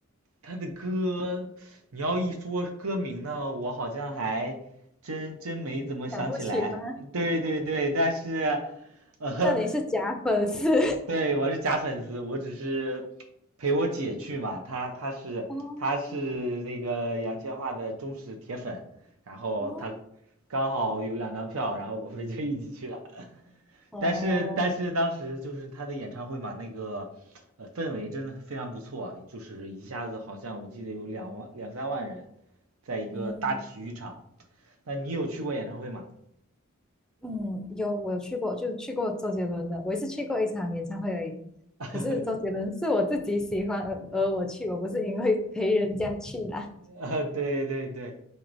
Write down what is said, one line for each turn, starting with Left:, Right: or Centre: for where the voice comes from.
Right: 他的歌，你要一说歌名呢，我好像还真真没怎么想起来。
Centre: 想不起吗？
Right: 呃对对对，但是，呃，
Centre: 那你是假粉丝
Right: 对，我是假粉丝，我只是陪我姐去嘛，她她是她是那个杨千嬅的忠实铁粉，
Centre: <laughs> 哦
Right: 然后她
Centre: 哦
Right: 刚好有两张票，然后我们就一起去了。
Centre: 哦，
Right: 但是但是当时就是他的演唱会嘛，那个呃氛围真的非常不错啊，就是一下子好像我记得有两万两三万人，在一个大体育场。
Centre: 嗯
Right: 那你有去过演唱会吗？
Centre: 嗯，有我有去过，就去过周杰伦的，我也是去过一场演唱会而已。
Right: <laughs>
Centre: 可是周杰伦是我自己喜欢而而我去，我不是因为陪人家去啦。
Right: 啊，对对对，